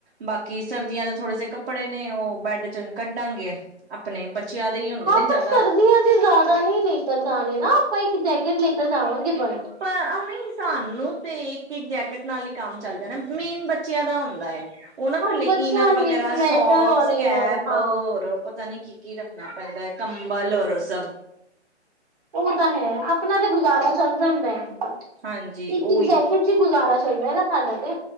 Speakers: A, on the right; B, on the right.
A: ਬਾਕੀ ਸਰਦੀਆਂ ਦੇ ਥੋੜੇ ਸੇ ਕੱਪੜੇ ਨੇ ਉਹ ਬੈਡ ਚੋਂ ਹੁਣ ਕੱਢਾਂਗੇ, ਆਪਣੇ ਬੱਚਿਆਂ ਦੇ ਹੀ ਹੁੰਦੇ
B: ਹਾਂ
A: ਨੇ ਜ਼ਿਆਦਾ
B: ਪਰ ਸਰਦੀਆਂ ਦੇ ਜ਼ਿਆਦਾ ਨਹੀਂ ਲੈ ਕਰ ਜਾਣੇ ਨਾ ਆਪਾਂ ਇੱਕ ਜੈਕਟ ਲੈ ਕਰ ਜਾਵਾਂਗੇ ਬਸ।
A: ਪਰ ਹਨ ਸਾਨੂੰ ਤੇ ਇੱਕ -ਇੱਕ ਜੈਕਟ ਨਾਲ ਹੀ ਕੰਮ ਚੱਲ ਜਾਣਾ ਮੇਨ ਬੱਚਿਆਂ ਦਾ ਹੁੰਦਾ ਹੁੰਦਾ ਏ, ਉਹਨਾ
B: ਹਾਂ
A: ਥੱਲੇ
B: ਬੱਚਿਆਂ
A: ਇਨਰ
B: ਲਈ
A: ਵਗੈਰਾ
B: ਸਵੈਟਰ
A: ਸੋਕਸ,
B: ਔਰ ਇਨਰ
A: ਕੈਪ
B: ਹਾਂ
A: ਹੋਰ ਪਤਾ ਨੀ ਕੀ ਕੀ ਰੱਖਣਾ ਪੈਂਦਾ ਏ, ਕੰਬਲ ਔਰ ਉਹ ਸਭ
B: ਉਹ ਤਾਂ ਹੈ ਆਪਣਾ ਤੇ ਗੁਜ਼ਾਰਾ ਚੱਲ ਜਾਂਦਾ ਏ,
A: ਹਾਂਜੀ-ਹਾਂਜੀ
B: ਇੱਕ-ਇੱਕ
A: ਉਹੀ
B: ਜੈਕਟ ਗੁਜ਼ਾਰਾ ਚੱਲ ਜਾਏਗਾ ਸਾਡਾ ਤੇ